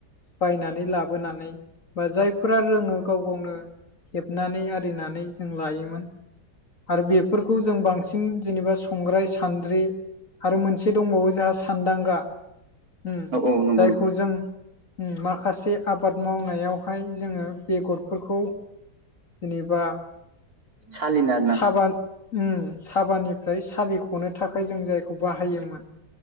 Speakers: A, on the left; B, on the right.
A: बायनानै लाबोनानै बा जायफोरा रोङो गाव गावनो हेबनानै आरिनानै जों लायोमोन। आरो बेफोरखौ जों बांसिन जेनेबा संग्राय सान्द्रि आरो मोनसे दंबावो जोंहा सानदांगा जायखौ
B: औ नंगौ
A: जों माखासे आबाद मावनायावहाय जोङो बेगरफोरखौ जेनेबा
B: सालिना
A: साबान उम साबानिफ्राय सालिख'नो थाखाय जों जायखौ बाहायोमोन।